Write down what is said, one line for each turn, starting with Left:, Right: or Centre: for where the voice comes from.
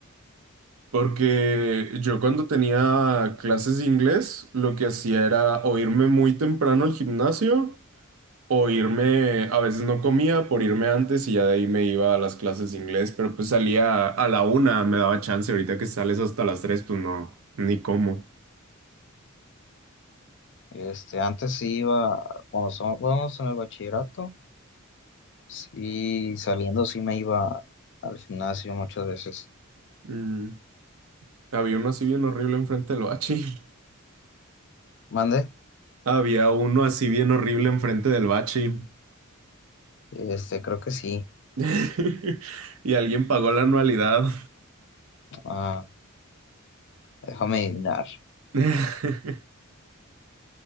Right: Porque yo cuando tenía clases de inglés, lo que hacía era o irme muy temprano al gimnasio o irme, a veces no comía por irme antes y ya de ahí me iba a las clases de inglés, pero pues salía a la una, me daba chance, ahorita que sales hasta las tres, pues no, ni cómo.
Left: Este, antes sí iba, cuando estábamos en el bachillerato, sí, saliendo sí me iba al gimnasio muchas veces.
Right: Mm, Había uno así bien horrible enfrente del bachi. <laughs>
Left: ¿Mande?
Right: Había uno así bien horrible enfrente del bachi.
Left: Este, creo que sí.
Right: <laughs> Y alguien pagó la anualidad.
Left: Ah, déjame adivinar.
Right: <laughs> ¿Qué